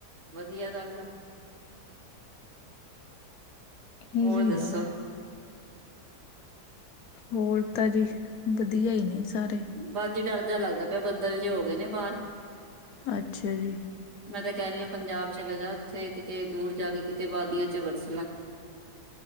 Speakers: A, on the right; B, on the left.
A: ਵਧੀਆ ਗੱਲ ਆ।
B: ਇਹੀ
A: ਹੋਰ ਦੱਸੋ।
B: ਹੈ ਬਸ ਹੋਰ ਤਾਂ ਜੀ ਵਧੀਆ ਹੀ ਨੇ ਸਾਰੇ।
A: ਬਸ ਜੀ ਡਰ ਜਿਹਾ ਲੱਗਦਾ ਪਿਆ ਬੱਦਲ ਜੇ ਹੋ ਗਏ ਨੇ ਬਾਹਰ।
B: ਅੱਛਾ ਜੀ।
A: ਮੈਂ ਤਾਂ ਕਹਿ ਰਹੀ ਹਾਂ ਪੰਜਾਬ ਚਲੇ ਜਾ ਉੱਥੇ ਕਿਤੇ ਦੂਰ ਜਾ ਕੇ ਕਿਤੇ ਵਾਦੀਆਂ ਚ ਵਰਸਲਾ।